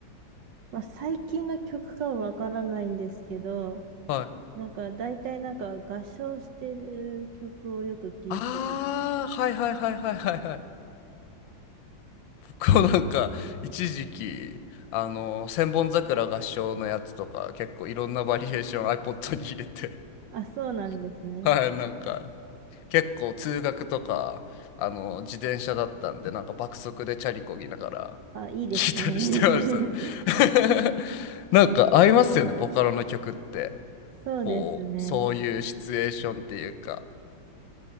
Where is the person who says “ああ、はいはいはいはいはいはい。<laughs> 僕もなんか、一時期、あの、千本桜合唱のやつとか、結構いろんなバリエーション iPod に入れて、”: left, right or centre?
Left